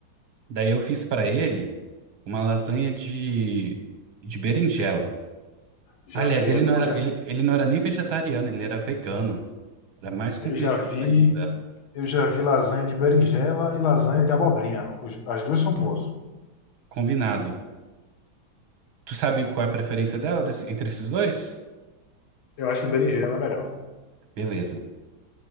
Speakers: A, on the right; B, on the left.
A: Daí eu fiz para ele uma lasanha de, de berinjela.
B: Já
A: Aliás,
B: vi,
A: ele
B: é bom.
A: não era,
B: Já,
A: ele, ele não era nem vegetariano, ele era vegano. Era mais complicado
B: Eu já vi,
A: ainda.
B: eu já vi lasanha de berinjela e lasanha de abobrinha. Os- As duas são boas.
A: Combinado. Tu sabe qual é a preferência dela desse- entre esses dois?
B: Eu acho que berinjela é melhor.
A: Beleza.